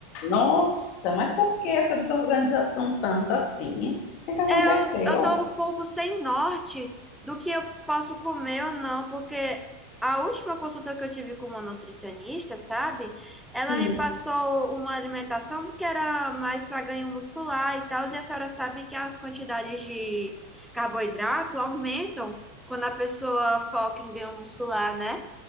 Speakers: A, on the left; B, in the centre.
A: Nossa, mas por que essa desorganização tanta assim? hein? O que que aconteceu?
B: É, eu, eu tô um pouco sem norte do que eu posso comer ou não, porque a última consulta que eu tive com uma nutricionista, sabe? Ela
A: Hum,
B: me passou uma alimentação que era mais para ganho muscular e tal, e a senhora sabe que as quantidades de carboidrato aumentam quando a pessoa foca em ganho muscular, né?